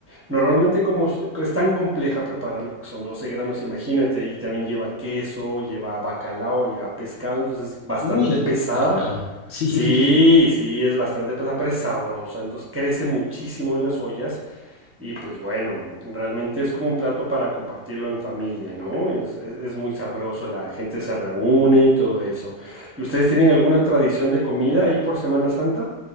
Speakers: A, on the right; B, on the left.
A: normalmente como s- co- es tan compleja prepararlo, porque son 12 granos, imagínate, y también lleva queso, lleva bacalao, lleva pescado, entonces bastante
B: Uy,
A: pesada.
B: carajo. Sí,
A: Sí, sí, es bastante pesada, pero es sabrosa, entonces crece muchísimo en las ollas y pues bueno, realmente es como un plato para compartirlo en familia, ¿no? Es, es- es muy sabroso, la gente se reúne y todo eso. ¿Y ustedes tienen alguna tradición de comida ahí por Semana Santa?